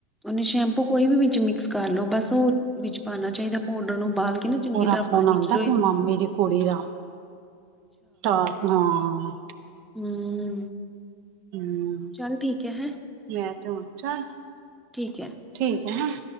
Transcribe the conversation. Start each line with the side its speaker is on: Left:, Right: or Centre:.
Centre: ਉਹਨੇ ਸ਼ੈਂਪੂ ਕੋਈ ਵੀ ਵਿੱਚ ਮਿਕਸ ਕਰ ਲਓ ਬਸ ਓਹ ਵਿੱਚ ਪਾਣਾ ਚਾਹੀਦਾ ਪਾਊਡਰ ਨੂੰ ਬਾਲ ਕੇ ਨਾ ਚੰਗੀ
Right: ਔਹਦਾ
Centre: ਤਰ੍ਹਾਂ
Right: ਫੋਨ
Centre: ਪਾਣੀ
Right: ਆਉਂਦਾ
Centre: ਚ ਲੋਏ
Right: ਫੇ ਮਾਮੇ ਦੀ ਕੁੜੀ ਦਾ ਤਾ ਹਾਂ
Centre: ਹੂੰ
Right: ਹੂੰ
Centre: ਚੱਲ ਠੀਕ ਐ ਹੈਂ
Right: ਮੈਂ ਤਾਂ ਉਚੱ
Centre: ਠੀਕ ਐ
Right: ਠੀਕ ਹੈ ਹ